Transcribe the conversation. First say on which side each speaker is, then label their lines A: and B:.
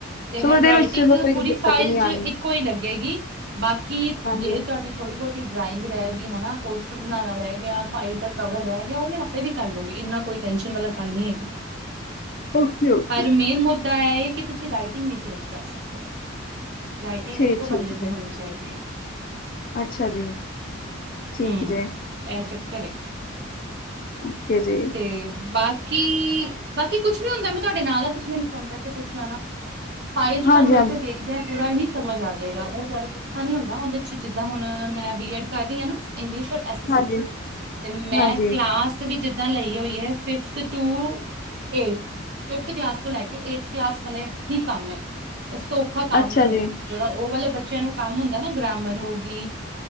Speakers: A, on the right; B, on the left.
A: ਤੇ
B: ਚਲੋ
A: ਹੈਂਡ
B: ਇਹਦੇ
A: ਰਈਟਿੰਗ
B: ਵਿੱਚ ਚਲੋ ਕੋਈ
A: ਪੂਰੀ
B: ਦਿੱਕਤ
A: ਫਾਈਲ
B: ਨੀ
A: ਚ
B: ਆਣੀ
A: ਇੱਕੋ ਈ ਲੱਗੇਗੀ ਬਾਕੀ
B: ਹਾਂਜੀ
A: ਜੇ ਤੁਵਾਡੀੇ ਥੋੜ੍ਹੀ- ਬਹੁਤੀ ਡਰਾਇੰਗ ਰਹਿ ਗਈ ਹੈਨਾ, ਪੋਸਟਰ ਬਣਾਣਾ ਰਹਿ ਗਿਆ, ਫਾਈਲ ਦਾ ਕਵਰ ਰਹਿ ਗਿਆ, ਉਹ ਨੇ ਇਹ ਵੀ ਕਰ ਲੂੰਗੀ ਇੰਨਾ ਕੋਈ ਟੈਨਸ਼ਨ ਵਾਲਾ ਗੱਲ ਨਹੀਂ ਹੈਗੀ।
B: ਓਕੇ, ਓਕੇ
A: ਪਰ, ਮੇਨ ਮੁੱਦਾ ਇਹ ਹੈ ਕਿ, ਤੁਸੀਂ ਰਾਈਟਿੰਗ ਨੀ ਚੇਂਜ ਕਰ ਸਕਦੇ। ਰਾਈਟਿੰਗ
B: ਠੀਕ,
A: ਇੱਕੋ
B: ਠੀਕ
A: ਬੰਦੇ ਦੀ
B: ਜੀ
A: ਹੋਣੀ ਚਾਹੀਦੀ ਏ?
B: ਅੱਛਾ ਜੀ ਠੀਕ
A: ਹੂ,
B: ਜੇ
A: ਇਹ ਚੱਕਰ ਏ
B: ਓਕੇ ਜੀ।
A: ਤੇ, ਬਾਕੀ-ਬਾਕੀ ਕੁਛ ਵੀ ਹੁੰਦਾ, ਮੈਂ ਤੁਵਾਡੇ ਨਾਲ ਆ, ਤੁਸੀਂ ਮੈਨੂੰ ਕਾਨਫ੍ਰੈਂਸ ਤੇ ਪੁੱਛ ਲੈਣਾ। ਫਾਇਲ ਚ ਤੁਵਾਨੂੰ
B: ਹਾਂਜੀ,
A: ਵੈਸੇ ਦੇਖਦਿਆਂ ਪੂਰਾ ਹੀ ਸਮਝ ਆ ਜੇਗਾ ਉਹ ਜਦ ਹਾਂਜੀ, ਹੁੰਦਾ ਉਹਦੇ ਚ ਜਿੱਦਾਂ ਹੁਣ ਮੈਂ ਬੀ ਐਡ, ਕਰ ਰਹੀ ਆ ਨਾ ਇੰਗਲਿਸ਼ <unintelligible>
B: ਹਾਂਜੀ,
A: ਮੈਂ
B: ਹਾਂਜੀ,
A: ਕਲਾਸ
B: ਹਾਂਜੀ
A: ਵੀ, ਜਿੱਦਾਂ ਲਈ ਹੋਈ ਹੈ ਫਿਫਥ ਟੂ <unintelligible> ਫਿਫਥ ਕਲਾਸ ਤੋਂ ਲੈ ਕੇ ਏਠਤ ਕਲਾਸ ਵਾਲੇ ਹੀ ਕੰਮ ਏ। ਇਸ ਤੋਂ ਔਖਾ ਕੰਮ
B: ਅੱਛਾ
A: ਨੀ ਹੈਗਾ
B: ਜੀ
A: ਜੇੜਾ ਉਹ ਵਾਲੇ ਬੱਚਿਆਂ ਨੂੰ ਕੰਮ ਹੁੰਦਾ ਨਾ, ਗ੍ਰਾਮਰ ਹੋ ਗਈ